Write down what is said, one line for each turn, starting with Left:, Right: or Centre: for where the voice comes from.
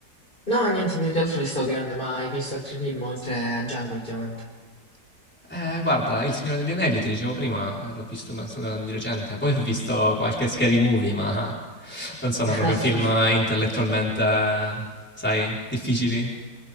Left: No, niente, più che altro mi sto chiedendo, ma hai visto altri film oltre a Django ultimamente?
Centre: Eh, guarda, Il Signore degli Anelli, ti dicevo prima, eh, l'ho visto penso di recente, poi ho visto qualche scary movie, ma <laughs> non sono
Left: <laughs>
Centre: proprio film intellettualmente, sai, difficili.